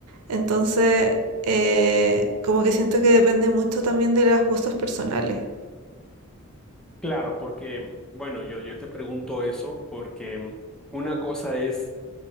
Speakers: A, on the right; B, in the centre.
A: Entonces, eh, como que siento que depende mucho también de los gustos personales.
B: Claro, porque, bueno, yo, yo te pregunto eso porque una cosa es